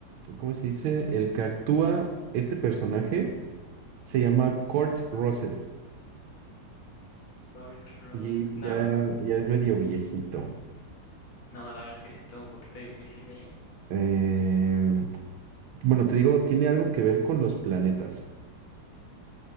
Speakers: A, on the right; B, on the left.
A: mm, ¿cómo se dice? El que actúa este personaje se llama Kurt Russell
B: Kurt Russell,
A: y
B: no,
A: ya, ya es medio viejito.
B: no, la verdad es que sí estuvo un poquito difícil, ¿eh?
A: Em, bueno, te digo, tiene algo que ver con los planetas.